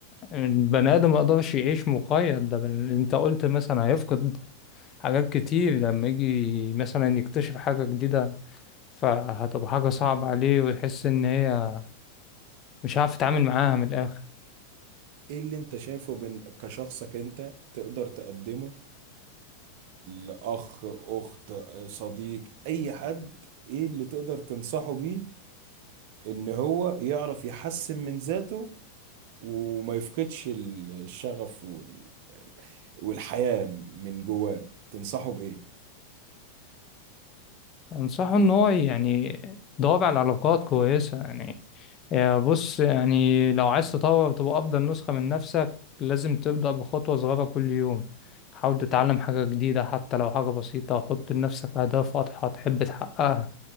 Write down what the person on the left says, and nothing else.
البني ادم ما يقدرش يعيش مقيد ده بل انت قلت مثلا هيفقد حاجات كتير لما يجي مثلا يكتشف حاجة جديدة فهتبقى حاجة صعبة عليه ويحس ان هي مش عارف يتعامل معاها من الاخر
أنصحه إن هو يعني يدور على علاقات كويسة يعني آه، بص يعني لو عايز تطور تبقى أفضل نسخة من نفسك لازم تبدأ بخطوة صغيرة كل يوم حاول تتعلم حاجة جديدة حتى لو حاجة بسيطة حط لنفسك أهداف واضحة تحب تحققها